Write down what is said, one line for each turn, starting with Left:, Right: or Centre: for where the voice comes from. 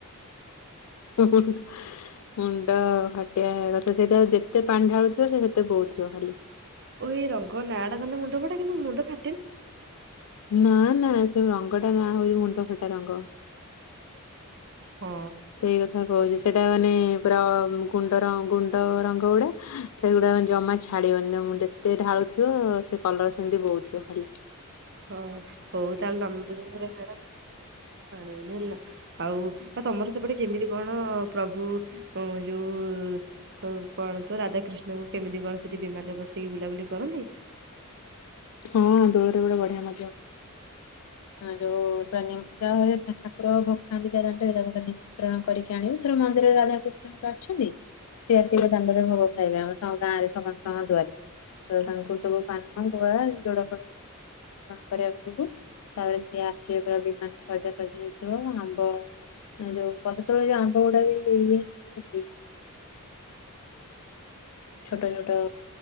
Left: ମୁଣ୍ଡ ଫାଟିଆ କଥା ସେଇଟା ଆଉ ଯେତେ ପାଣି ଢାଳୁଥିବ, ସେ ସେତେ ବୋଉଥିବ ଖାଲି।
Right: ଏଇ ରଙ୍ଗ ନାଁ ଟା ଦେଲେ ମୁଣ୍ଡ ଫଟା, କିନ୍ତୁ ମୁଣ୍ଡ ଫା।
Left: ନା-ନା। ସେ ରଙ୍ଗଟା ନାଁ ହଉଛି ମୁଣ୍ଡ ଫଟା ରଙ୍ଗ।
Right: ହଁ
Left: ସେଇ କଥା କହୁଛି ସେଇଟା ମାନେ। ପୁରା ଗୁଣ୍ଡ ଗୁଣ୍ଡ ରଙ୍ଗ ଗୁଡା। ସେଗୁଡାେ ଜମା ଛାଡିବନି ତ ଯେତେ ଢାଳୁଥିବ। ସେ କଲର ସେମତି ବହୁଉ ଥିବ ଖାଲି।
Right: ହଁ ହଉ ତାହଲେ ତମରେ। ଯୋେ ମୋହେ <unintelligible> ିବ ହେଲା ଆଉ ଆଉ ତମର ସେପଟେ କେମିତି କଣ? ପ୍ରଭୁ ଯୋଉ। କଣ ତ ରାଧା କୃିଷ୍ଣଙ୍କୁ କେମିତି କଣ ସେଠି ବିମାନରେ ବସିକି ବୁଲାବୁଲି କରନ୍ତି।
Left: ହଁ ଦୋଳରେ ଗୋଟେ ବଢିଆ ମ ଆମର ଯୋଉ ଯାହା ଠାକୁର ଭୋଗ ଖାନ୍ତି ଯ ଦରେ ତାକୁୋ ନିମନ୍ତ୍ରଣ କରିକି ଆଣିବୁ ଥର ମନ୍ଦିରରେ ରାଧାକୃଷ୍ଣଙ୍କ ଅଛନ୍ତି ସେିଏ ଆସିକେ ଦାଣ୍ଡରେ ଭୋଗ ଖାଇବେ ଆମ ଗାଁରେ ସମସ୍ତଙ୍କ ଦୁଆରେ ତ ତାଙ୍କୁ ସବୁ ପାନ ୁଆ ଜୋଡ ଫଡ କରିବାକୁ ଥିବୁ ତାପରେ ସିଏ ଆସିବା ପ ବି ସଜାସଜି ହେଇଥିବ ଆମ୍ବ ଯୋଉ ପଛ ତୋଳ ଯୋଉ ଆମ୍ବ ଗୁଡା ବିୋ ଟାଇ ଛୋଟ ଛୋଟ